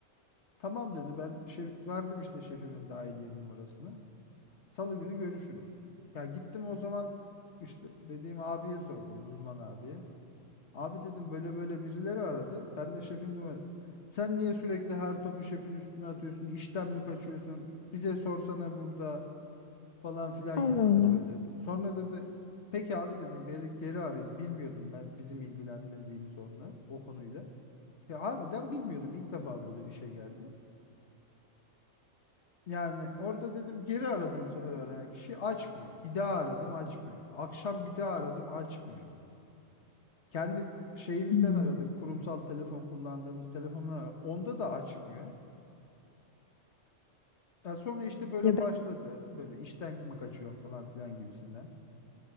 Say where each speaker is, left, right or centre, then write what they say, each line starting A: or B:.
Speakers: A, on the left (about 60°); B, on the left (about 50°).
A: Tamam dedi ben şef verdim işte şefimin dahiliye numarasını. Salı günü görüşürüz. Ya gittim o zaman işte dediğim abiye sordum uzman abiye. Abi dedim böyle böyle birileri aradı. Ben de şefin numara. Sen niye sürekli her topu şefin üstüne atıyorsun? İşten mi kaçıyorsun? Bize sorsana burada falan filan
B: Allah
A: yaptı
B: Allah.
A: böyle. Sonra dedi peki abi dedim beri, geri arayayım. Bilmiyordum ben bizim ilgilenmediğimiz onunla o konuyla. Ya harbiden bilmiyordum ilk defa böyle bir şey geldi. Yani orada dedim geri aradım bu sefer arayan kişi açmıyor. Bir daha aradım açmıyor. Akşam bir daha aradım açmıyor. Kendi şeyimizden
B: Hmm.
A: aradık. Kurumsal telefon kullandığımız telefonlar aradık. Onda da açmıyor. Ya sonra işte böyle
B: Ya ben
A: başladı. Böyle işten mi kaçıyorum falan filan gibisinden.